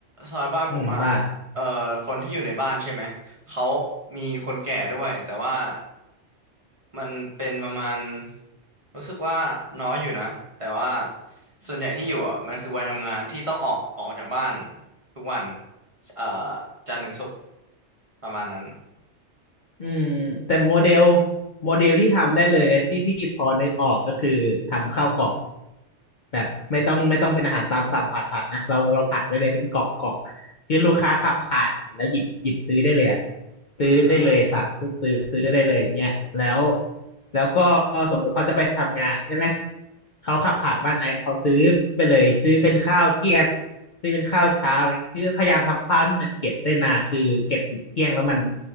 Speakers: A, on the right; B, on the left.
A: ซอยบ้านผมอ่ะ
B: อืมว่า
A: เอ่อคนที่อยู่ในบ้านใช่ไหมเขามีคนแก่ด้วยแต่ว่า มันเป็นประมาณรู้สึกว่าน้อยอยู่นะแต่ว่าส่วนใหญ่ที่อยู่อ่ะมันคือวัยทำงานที่ต้องออกออกจากบ้านทุกวันเอ่อจันทร์ถึงศุกร์ประมาณนั้น
B: อืมแต่โมเดลโมเดลที่ทำได้เลยและที่พี่พอนึกออกก็คือทำข้าวกล่องแบบไม่ต้องไม่ต้องเป็นอาหารตามสั่งผัดผัดนะเราเราผัดไว้เลยเป็นกล่องกล่องที่ลูกค้าขับผ่านแล้วหยิบหยิบซื้อได้เลยอะ
A: อืม
B: ซื้อได้เลยสั่งปุ๊บซื้อซื้อได้เลยอย่างเงี้ยแล้ว แล้วก็สมมุติเขาจะไปทำงานใช่ไหมเขาขับผ่านบ้านไอซ์เขาซื้อไปเลยซื้อเป็นข้าวเที่ยงซื้อเป็นข้าวเช้าอะไรอย่างเงี้ยคือพยายามทำข้าวที่มันเก็บได้นานคือเก็บถึงเที่ยงแล้วมัน